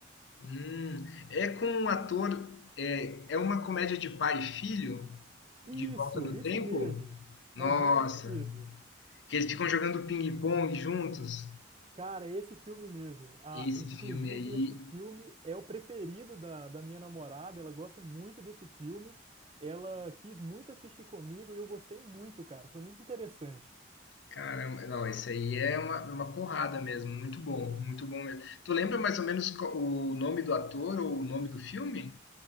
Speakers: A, on the left; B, on the right.
A: Hum, é com um ator. É, é uma comédia de pai e filho?
B: Isso,
A: De volta no
B: isso
A: tempo?
B: mesmo.
A: Nossa!
B: Aham, isso mesmo.
A: Que eles ficam jogando ping-pong juntos.
B: Cara, esse filme mesmo. Ah,
A: Esse
B: inclusive,
A: filme aí.
B: esse filme é o preferido da, da minha namorada. Ela gosta muito desse filme. Ela quis muito assistir comigo e eu gostei muito, cara. Foi muito interessante.
A: Caramba, não, esse aí é uma, uma porrada mesmo. Muito bom, muito bom mesmo. Tu lembra mais ou menos co- o nome do ator ou o nome do filme?